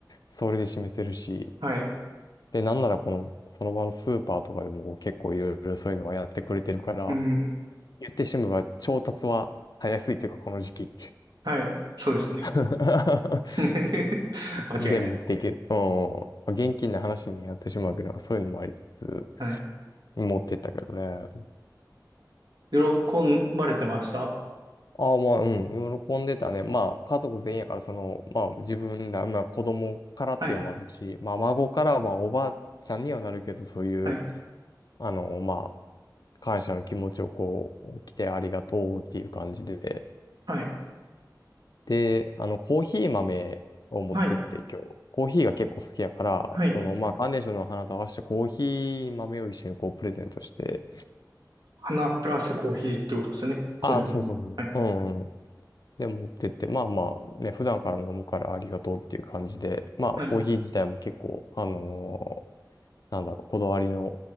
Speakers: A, on the left (about 65°); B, on the right (about 70°).
A: それで示せるし、
B: はい。
A: で、なんならこの、その場のスーパーとかでも結構いろいろそういうのはやってくれてるから、
B: うん。
A: 言ってしまえば調達はたやすいというか、この時期。
B: はい。そうですね。
A: <laughs>
B: <laughs> 間違いない。
A: で、持っていける。うんまあ現金な話になってしまうけど、そういうのもありつつ、
B: はい。
A: 持ってったけどね。
B: 喜ばれてました
A: ああ、まあ、うん、喜んでたね。まあ、家族全員やから、その、まあ、自分ら、まあ、子供からっていうのもあるし、
B: はい。
A: まあ、孫からはおばあちゃんにはなるけど、そういう、
B: はい。
A: あの、まあ、感謝の気持ちをこう、来てありがとうっていう感じで、
B: はい。
A: で、あの、コーヒー豆を持ってって今日、
B: はい。
A: コーヒーが結構好きやから、
B: はい。
A: その、まあ、カーネーションの花と合わせてコーヒー豆を一緒にこうプレゼントして、
B: 花プラスコーヒーってことですね。コーヒー。
A: ああ、そうそうそう、
B: はい。
A: うんうん。で、持ってって、まあまあ、ね、普段から飲むからありがとうっていう感じで、まあ、
B: はい。
A: コーヒー自体も結構、あのーなんだろう、こだわりの